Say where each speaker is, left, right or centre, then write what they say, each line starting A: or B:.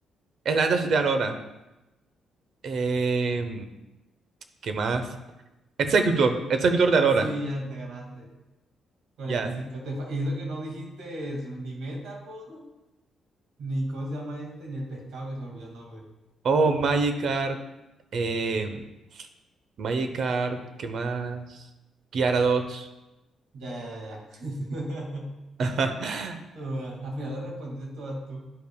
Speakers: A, on the right (about 60°); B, on the right (about 80°).
A: Slandash de Aurora, eh, ¿qué más? Executor, Executor de Aurora,
B: Sí, ya te ganaste. cuarenta
A: ya.
B: y cinco Te fa- Y eso que no dijiste es ni Metapod, ni cómo se llama este, ni el pescado que se me olvidó el nombre.
A: Oh, Magikarp, eh, Magikarp, ¿qué más? Gyarados.
B: Ya, ya, ya. ya.
A: <laughs>
B: <laughs> No, bueno, Al final lo respondiste todas tú.